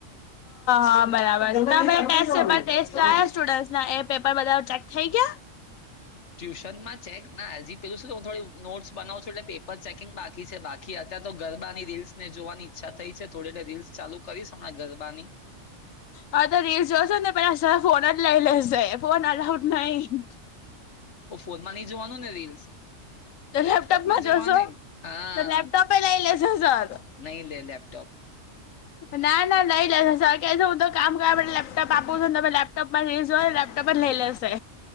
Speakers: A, on the left; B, on the left.
A: હા બરાબર. ના પેહલા ટેસ્ટે પેપર ટેસ્ટ આયા સ્ટુડ ના એ પેપર બધા ચેક થઇ ઈ ગ્યા.
B: ટ્યુશનમાં ચેક ના એજી પેલું શું હું થોડી નોટ્સ બનાવ છ એટલે પેપર ચેકિંગ બાકી છે બાકી અત્યારે તો ગરબાની રીલ્સ ને જોવાની ઈચ્છા થઈ છે થોડી રીલ્સ ચાલુ કરીશ હમણાં ગરબાની.
A: હા તો રીલ જોશો ને પેલા ફોન જ લઈ લેશે. ફોન અલાઉટ નહી.
B: ઓ ફોનમાં નહી જોવાનું ને રીલ્સ.
A: તો
B: લેપટોપમાં જોવા
A: જોશો
B: નહીં હા
A: તો લેપટોપે લઈ લેશે સર
B: નહી લે લેપટોપ.
A: ના ના નઈ લે સર ક હું તો કામ કર લેપટોપ આપું છું ને તમે લેપટોપમાં રિલીઝ જો લેપટોપ અજ લેઈ લેશે.